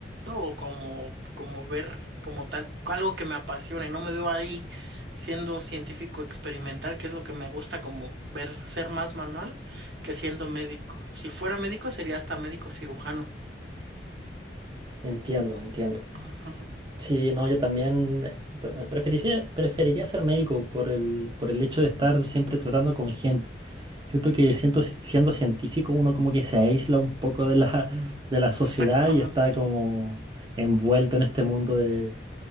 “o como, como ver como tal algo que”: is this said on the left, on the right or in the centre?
Right